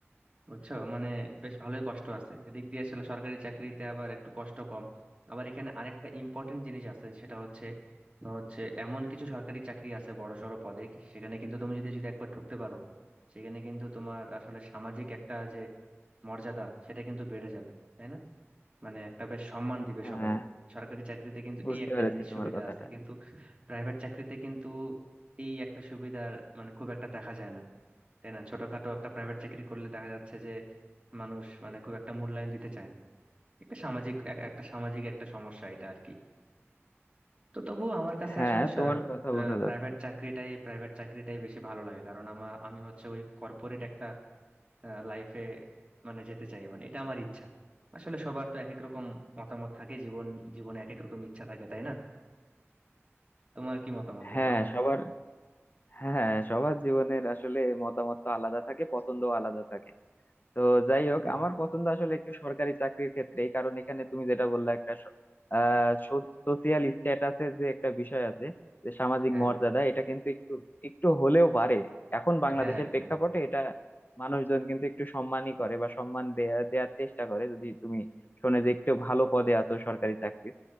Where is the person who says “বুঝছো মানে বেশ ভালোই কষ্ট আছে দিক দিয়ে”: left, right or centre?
Right